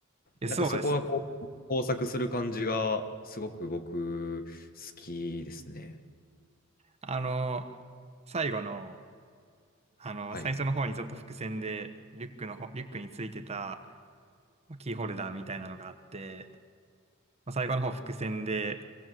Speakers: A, on the right; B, on the left.
A: え、
B: なんかそこがこう交錯する感じが、
A: そうですね。
B: すごく僕、好きですね。
A: あのー最後の、あのー最初の方にちょっと伏線で、
B: はい。
A: リュックのほ、リュックについてたまあキーホルダーみたいなのがあって、まあ、最後の方伏線で、